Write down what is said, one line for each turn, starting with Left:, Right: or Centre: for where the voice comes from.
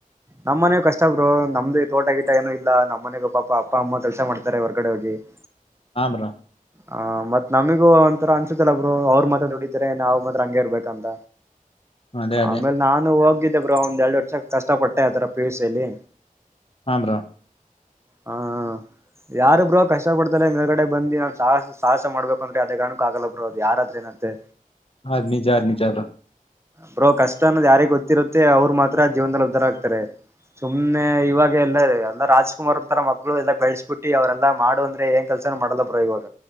Right: ನಮ್ಮ್ನೆ ಕಷ್ಟ ಬರು ನಮ್ದು ತೋಟ ಗಿಟ ಏನನು ಇಲ್ಲ ನಮ್ಮ ಮನೆಗೂ ಪಾಪ ಅಪ್ಪ ಅಮ್ಮ ಕೆಲಸ ಮಾಡ್ತಾರೆ ಹೊರ್ಗಡೆ ಹೋಗಿ. <inaudible>
Left: ಹ ಬ್ರೊ.
Right: ಹ ಮತ್ ನಮಗ ಒಂಥರ ಅನ್ಸುತ್ತಲ್ಲ ಬ್ರೋ ಅವರ ಮಾತ್ರ ದುಡಿತಾರೆ ನಾವ್ ಮಾತ್ರ ಹಂಗೇ ಇರ್ಬೇಕಂತ.
Left: ಅದೇ ಅದೇ
Right: ಆಮೇಲೆ ನಾನು ಹೋಗಿದ್ದೆ ಬ್ರೋ ಒಂದ್ ಎರಡು ವರ್ಷ ಕಷ್ಟ ಪಟ್ಟೆ ಆತರ ಪಿ ಯು ಸಿ ಅಲ್ಲಿ.
Left: ಹ ಬ್ರೋ.
Right: ಹಾ. ಯಾರು ಬ್ರೋ ಕಷ್ಟ ಪಡ್ತೇ ಮೇಗಡೆ ಬಂದು ನಾ ಸಾಹಸ ಸಾಹಸ ಮಾಡಬೇಕ ಅಂದ್ರೆ ಅದೇ ಕಾರಣಕ್ಕ ಆಗಲ್ಲ ಬ್ರೋ ಅದು ಯಾರಾದ್ರ ನತ್ತಂತೆ
Left: ಹ ನಿಜಾರ ನಿಜಾಅದ
Right: ಬ್ರೋ ಕಷ್ಟ ಅನ್ನೋದು ಯಾರಿಗೆ ಗೊತ್ತಿರುತ್ತೆ ಅವ್ರು ಮಾತ್ರ ಜೀವದಲ್ಲಿ ಉದ್ಧಾರ ಆಗ್ತಾರೆ ಸುಮ್ಮ್ನೆ ಇವಾಗ ಎಲ್ಲ ಎಲ್ಲ ರಾಜ್ಕುಮಾರ್ ಒಂತರ ಮಕ್ಕಳು ಎಲ್ಲ ಬೆಳೆಸಸ್ಬಿಟ್ಟಿ ಅವರೆಲ್ಲ ಮಾಡು ಅಂದ್ರೆ ಹೆಂಗ ಕೆಲ್ಸನ ಮಾಡ್ಲ ಬ್ರ ಇವಾಗ